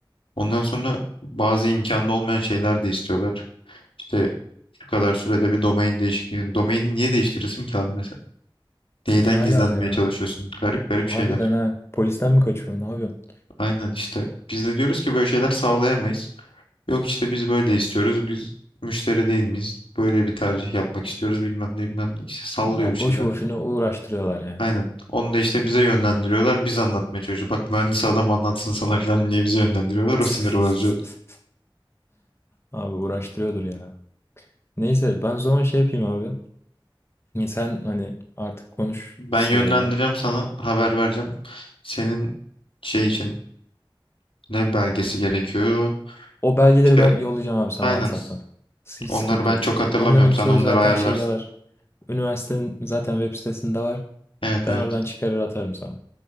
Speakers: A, on the left; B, on the left.
A: Ondan sonra bazı imkanda olmayan şeyler de istiyorlar. İşte Şu kadar sürede bir domain değişikliğini. Domaini niye değiştirirsin ki abi mesela? Neyden
B: ne alaka
A: gizlenmeye
B: ya?
A: çalışıyorsun? Garip garip
B: Harbiden
A: şeyler.
B: ha. Polisten mi kaçıyorsun? Ne yapıyorsun?
A: Aynen işte. Biz de diyoruz ki böyle şeyler sağlayamayız. Yok işte biz böyle istiyoruz. Biz müşteri değil miyiz? Böyle bir tercih yapmak istiyoruz. Bilmem ne bilmem ne. İşte sallıyor
B: Ya
A: bir şeyler.
B: boşu boşuna uğraştırıyorlar yani.
A: Aynen. Onu da işte bize yönlendiriyorlar. Biz anlatmaya çalışıyoruz. Bak mühendis adam anlatsın sana falan diye bizi yönlendiriyorlar. O
B: <laughs>
A: sinir bozucu. oldu.
B: Abi uğraştırıyordur ya. Neyse ben o zaman şey yapayım abi. Sen hani artık konuş
A: Ben
B: CEO'yla.
A: yönlendireceğim sana. Haber vereceğim. Senin şey için ne belgesi gerekiyor?
B: O belgeleri
A: İşte
B: ben yollayacağım abi sana
A: aynen.
B: WhatsApp'tan. Hiç
A: Onları
B: sıkıntı
A: ben
B: yok.
A: çok hatırlamıyorum.
B: Onların
A: Sen
B: çoğu
A: onları
B: zaten
A: ayarlarsın.
B: şeyde var. Üniversitenin zaten web sitesinde var.
A: Evet
B: Ben
A: evet.
B: oradan çıkarır atarım sana.